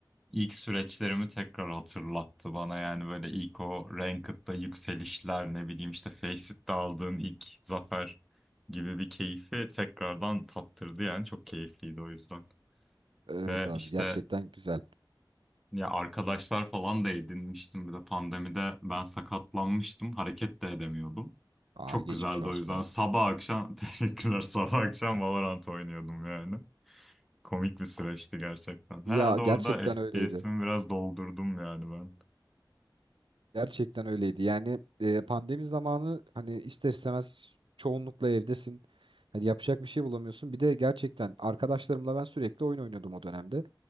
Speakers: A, in the centre; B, on the right.
A: ilk süreçlerimi tekrar hatırlattı bana yani böyle ilk o Ranked'da yükselişler ne bileyim işte Faceit aldığın ilk zafer gibi bir keyfi tekrardan tattırdı yani çok keyifliydi o yüzden.
B: Evet
A: Ve
B: abi
A: işte
B: gerçekten güzel.
A: ya arkadaşlar falan da edinmiştim. Bir de pandemide ben sakatlanmıştım. Hareket de edemiyordum.
B: Aa
A: Çok
B: geçmiş
A: güzeldi
B: olsun
A: o yüzden.
B: abi.
A: Sabah akşam <laughs> teşekkürler. Sabah akşam Valorant oynuyordum yani. Komik bir süreçti gerçekten. Herhalde
B: Ya gerçekten
A: orada FPS'imi
B: öyleydi.
A: biraz doldurdum yani ben.
B: Gerçekten öyleydi. Yani e, pandemi zamanı hani ister istemez çoğunlukla evdesin. Hani yapacak bir şey bulamıyorsun. Bir de gerçekten arkadaşlarımla ben sürekli oyun oynuyordum o dönemde.